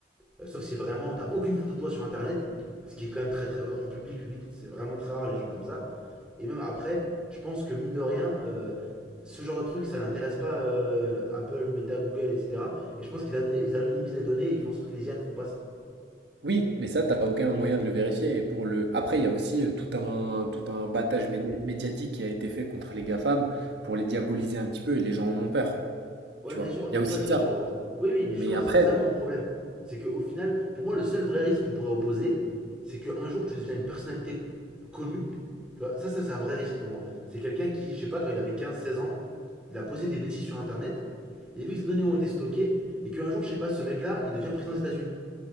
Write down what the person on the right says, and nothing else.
Oui, mais ça, t'as aucun moyen de le vérifier. Et pour le... Après, il y a aussi euh, tout un, tout un battage médi- médiatique qui a été fait contre les GAFAM pour les diaboliser un petit peu et les gens en ont peur.
Tu
vois.
Il y a
aussi
de
ça.
Mais
après,